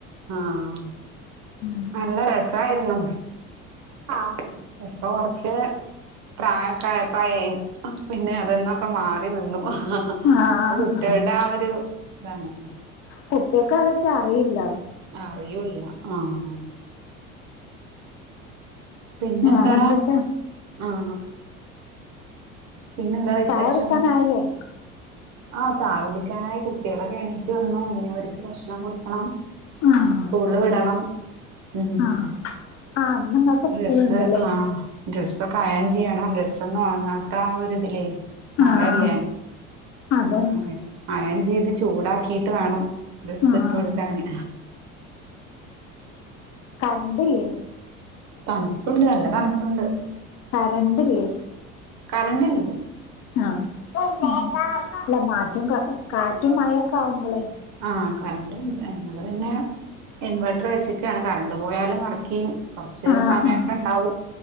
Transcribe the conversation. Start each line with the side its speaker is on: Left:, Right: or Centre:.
Right: ആഹ്
Left: ഉം
Right: നല്ല രസായിരുന്നു ആഹ് ഇപ്പൊ കൊറച്ച് പ്രായക്കെ ആയപ്പഴെ പിന്നെ അതന്നൊക്കെ മാറി നിന്നു അപ്പ
Left: ആഹ്
Right: കുട്ടികൾടെ ആ ഒരു ഇതാണ്
Left: കുട്ടിയേക്ക് അതറ്റെ അറിയില്ല
Right: അറിയൂല്ല ആഹ് പിന്നെ
Left: വേറെന്തൊക്കെ
Right: എന്താ ആഹ് പിന്നെന്താ വിശേഷം?
Left: ചായ കുടിക്കാനായില്ലേ
Right: ആഹ് ചായൊടിക്കാനായി കുട്ടികളൊക്കെ എണീറ്റ് വന്നു ഇനിയവർക്ക് ഭക്ഷണം കൊടുക്കണം
Left: ആഹ്
Right: സ്കൂളില് വിടണം ഉം
Left: ആഹ് ആഹ് ഇന്ന്ങ്ങക്ക്
Right: ഡ്രസ്സ്
Left: സ്കൂള്ണ്ട്ല്ലേ
Right: ആഹ് ഡ്രസ്സൊക്കെ അയെൺ ചെയ്യണം ഡ്രസ്സൊന്നും ഒണങ്ങാത്ത ഒരിതിലേ മഴല്ലേ
Left: ആഹ് അതന്നെ
Right: ഉം അയെൺ ചെയ്ത് ചൂടാക്കിട്ട് വേണം ഡ്രസ്സ്
Left: ആഹ്
Right: ഇട്ട് കൊടുക്കാന്
Left: കറണ്ടില്ലെ?
Right: തണുപ്പുണ്ട് നല്ല തണുപ്പുണ്ട്
Left: കറണ്ടില്ലേ?
Right: കറന്റ്ണ്ട്
Left: ആഹ് അല്ല മാറ്റും കാറ്റും മയൊക്കെ ആവുമ്പളെ
Right: ആഹ് കറന്റിണ്ട് ഞങ്ങള് പിന്നെ ഇൻവെർട്ടർ വെച്ചി ക്കാണ് കറണ്ട് പോയാലും വർക്കെയ്യും കൊറച്ച്
Left: ആഹ്
Right: സമയൊക്കെണ്ടാവും
Left: ആഹ്